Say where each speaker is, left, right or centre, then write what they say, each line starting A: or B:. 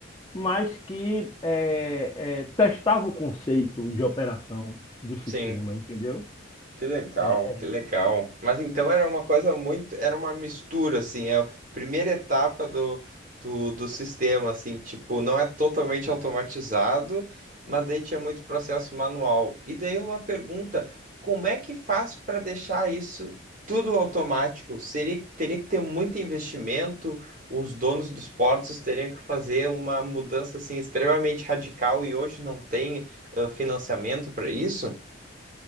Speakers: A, on the left; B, on the right.
A: mas que é, é, testava o conceito de operação do sistema,
B: sim.
A: entendeu?
B: Que legal,
A: É,
B: que legal. Mas então era uma coisa muito, era uma mistura, assim, é a primeira etapa do, do, do sistema, assim, tipo, não é totalmente automatizado, mas daí tinha muito processo manual. E daí uma pergunta, como é que faz para deixar isso tudo automático? Seria, teria que ter muito investimento, os donos dos portos teriam que fazer uma mudança, assim, extremamente radical e hoje não tem, ah, financiamento para isso?